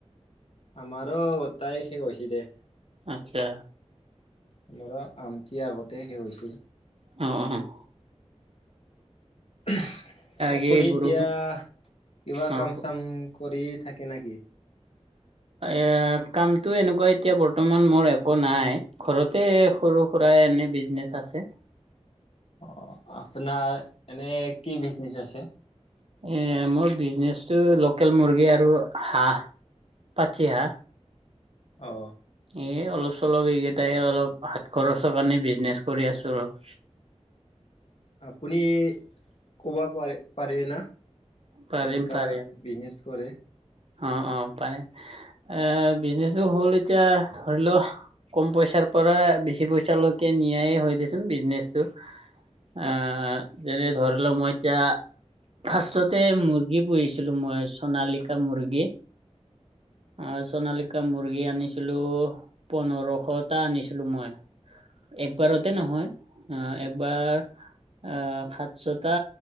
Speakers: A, on the left (about 60°); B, on the right (about 55°).
A: আমাৰো গটাই শেষ হৈছি দে।
B: আচ্ছা।
A: মৰ আমতী আগতে শেষ হৈছে।
B: অ', অ',
A: <unintelligible> আপুনি
B: বাকী বৰষুণ
A: এতিয়া কিবা
B: অ
A: কাম
B: ক
A: চাম কৰি থাকে নেকি?
B: এ কামটো এনেকুৱা এতিয়া বৰ্তমান মোৰ একো নাই। ঘৰতে সৰু -সুৰা এনে বিজনেচ আছে।
A: অ, আপোনাৰ এনে কি বিজনেচ আছে?
B: এ মোৰ বিজনেচটো লোকেল মুৰ্গী আৰু হাঁহ। পাতি আহা।
A: অ',
B: এ অলপ চলপ এইকেইটাই অলপ সাত খৰচৰ কাৰণে বিজনেচ কৰি আছোঁ অলপ।
A: আপুনি ক'বা পাৰে -পাৰে না?
B: পাৰিম
A: কেনকা
B: পাৰিম
A: বিজনেচ কৰে?
B: অ', অ', পাৰে এ বিজনেচো হ'ল এতিয়া ধৰি ল' কম পইচাৰ পৰা বেছি পইচালৈকে নিয়াইয়ে হয় দিয়াচোন বিজনেচটো। অ, যেনে ধৰি ল' মই এতিয়া ফাৰ্ষ্টতে মুৰ্গী পুহিছিলো মই চণালী তে মুৰ্গী আহ চণালিকা মুৰ্গী আনিছিলোঁ পোন্ধৰশটা আনিছিলোঁ মই। একবাৰতে নহয় আহ, একবাৰ আহ সাত ছটা।